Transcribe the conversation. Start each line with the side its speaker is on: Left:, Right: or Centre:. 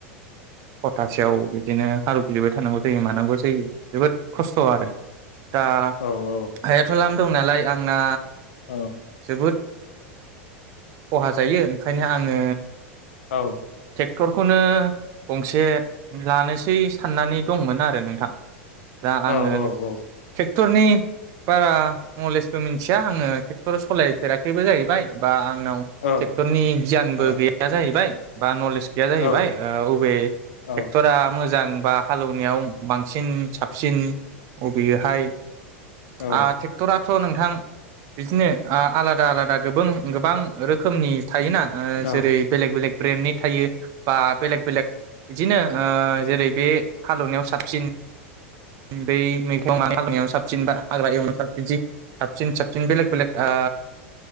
Right: खथासेयाव बिदिनो हालौव ग्लिबाय थानांगौ जायो मानांगौ जायो जोबोद खस्थ' आरो दा
Left: औ औ
Right: हायाथ' लाम दं नालाय आंना
Left: औ
Right: जोबोद ओ खहा जायो ओंखायनो आङो
Left: औ
Right: ट्रेक्टरखौनो गंसे लानोसै साननानै दंमोन आरो नोंथां दा
Left: औ
Right: आङो
Left: औ
Right: ट्रेक्टरनि बारा नलेजबो मिथिया आङो ट्रेक्टर सालायफेराखैबो जाहैबाय बा आंनाव ट्रेक्टरनि
Left: औ
Right: गियानबो
Left: औ
Right: गैया जाहैबाय बा नलेज गैया जाहैबाय
Left: औ
Right: अबे
Left: औ
Right: ट्रेक्ट'रा मोजां आंबा हालौवनायाव बांसिन साबसिन अबेहाय
Left: औ
Right: आ ट्रेक्टराथ' नोंथां बिदिनो आ आलादा आलादा गोबों गोबां रोखोमनि थायोना ओ
Left: औ
Right: जेरै बेलेक बेलेक ब्रेन्डनि थायो बा बेलेक बेलेक बिदिनो ओ जेरै बे हालौवनायाव साबसिन बे मैगं हानायाव साबसिन बा हाग्रा एवनायाव साबसिन सै साबसिन साबसिन बेलेग बेलेग ओ